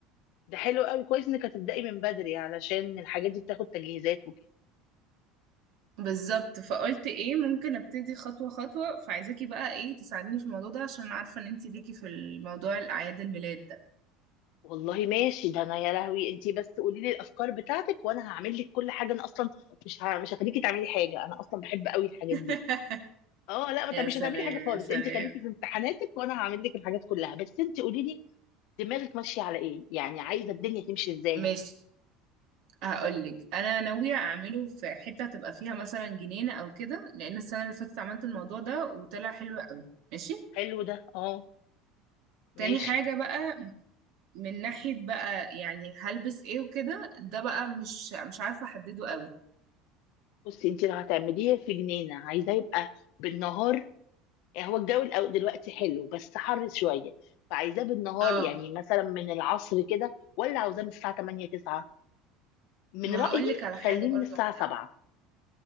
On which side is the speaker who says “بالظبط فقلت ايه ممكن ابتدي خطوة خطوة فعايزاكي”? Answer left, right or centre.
Right